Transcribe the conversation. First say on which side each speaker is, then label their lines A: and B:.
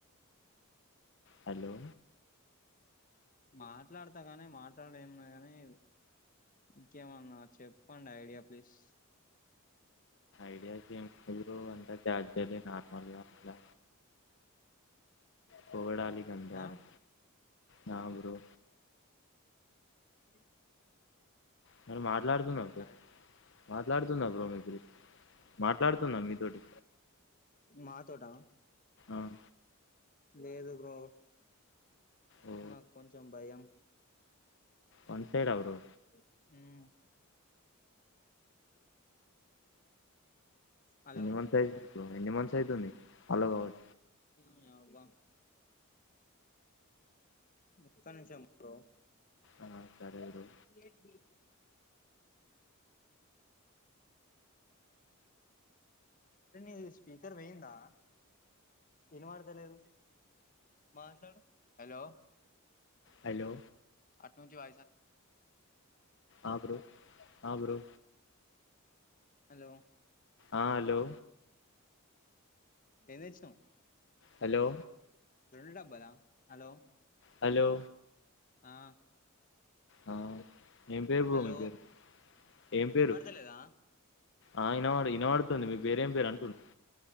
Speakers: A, on the left; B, on the left.
A: హలో.
B: మాట్లాడతా కానీ మాట్లాడి ఏమున్నాది గానీ ఇది ఇంకేమన్న చెప్పండి ఐడియా ప్లీస్.
A: ఐడియాస్ ఏం లేదు అంతా క్యాజువలే నార్మల్గా అట్లా. పొగడాలి గంటారు
B: ఆ
A: నా బ్రో.
B: ఇంకేం.
A: తను మాట్లాడుతుంద బ్రో
B: కాలే
A: మాట్లాడుతున్నాద బ్రో మీరిద్దరు. మాట్లాడుతుంద మీతోటి.
B: నా తోటా.
A: ఆహ్.
B: లేదు బ్రో.
A: ఓ
B: నాకు కొంచెం భయం
A: వన్ సైడా బ్రో
B: హుమ్ హలో
A: వన్ సైడ్ ఎన్ని మంత్స్ అయితుంది <unintelligible>
B: నీ అవ్వ ఒక్క నిమిషం బ్రో
A: ఆ సరే బ్రో
B: ఏంటి అరే నీది స్పీకర్ పోయ్యిందా ఇనపడతలేదు మాట్లాడు హలో
A: హలో
B: హలో
A: ఆ బ్రో ఆ బ్రో
B: హలో
A: ఆ హలో
B: ఏం తెచ్చినవ్
A: హలో
B: రెండు డబ్బాల హలో
A: హలో
B: ఆ
A: ఆ ఏం పేరు బ్రో
B: హలో
A: మీ పేరు ఏం పేరు
B: ఇనపడతలేదా
A: ఆ ఇనబడు ఇనబడుతుంది మీ పెరెంపేరు అంటున్న